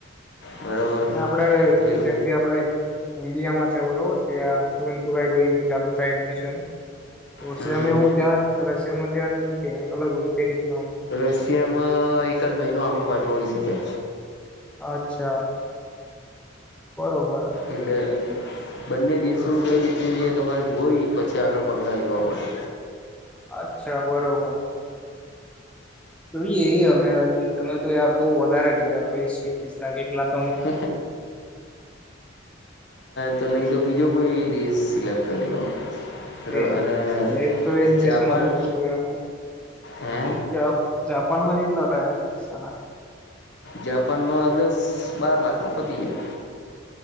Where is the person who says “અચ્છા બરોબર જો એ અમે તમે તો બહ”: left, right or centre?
Centre